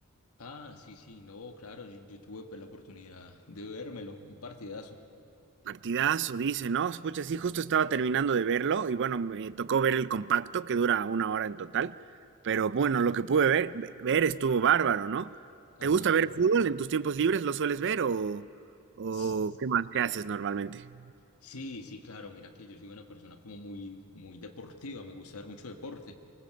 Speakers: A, on the left; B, on the right.
A: Ah, sí, sí, no, claro, yo, yo tuve pues, la oportunidad de vérmelo, un partidazo.
B: Partidazo, dice, ¿no? Pucha, sí, justo estaba terminando de verlo y bueno, me tocó ver el compacto que dura una hora en total. Pero bueno, lo que pude ver, ve- ver estuvo bárbaro, ¿no?
A: Ah,
B: ¿Te gusta ver fútbol en tus tiempos libres? ¿Lo sueles ver o, o
A: s-
B: qué más? ¿Qué haces normalmente?
A: sí, sí, claro, mira que yo soy una persona como muy, muy deportiva, me gusta ver mucho deporte.